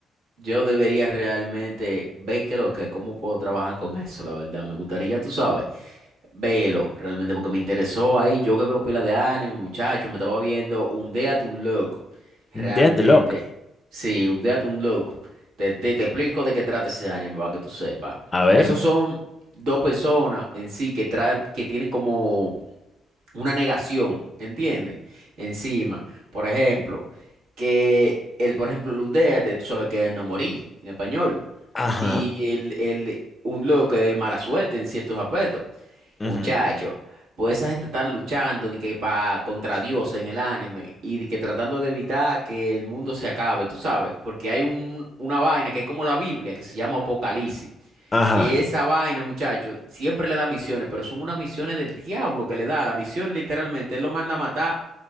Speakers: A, on the right; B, on the left.
A: Yo debería realmente ver qué lo que, cómo puedo trabajar con eso, la verdad. Me gustaría, tú sabes, verlo realmente porque me interesó ahí. Yo que veo pila de anime, muchacho, me estaba viendo un Death un Loco. Realmente,
B: Deadlock.
A: sí, un Death un Loco. Te, te, te explico de qué trata ese anime para que tú sepas.
B: A ver.
A: Esos son dos personas en sí que, traen, que tienen como una negación, ¿entiendes? Encima, por ejemplo que él, por ejemplo, lundeate, tú sabes que es no morí en español.
B: Ajá,
A: Y el, el, un loco que es mala suerte en ciertos aspectos.
B: ujú,
A: Muchacho, pues esa gente están luchando de que pa, contra Dios en el anime y de que tratando de evitar que el mundo se acabe, tú sabes, porque hay un, una vaina que es como la Biblia que se llama Apocalipsis.
B: ajá,
A: Que esa vaina, muchacho, siempre le da misiones, pero son unas misiones del diablo que le da. La misión literalmente, él lo manda a matar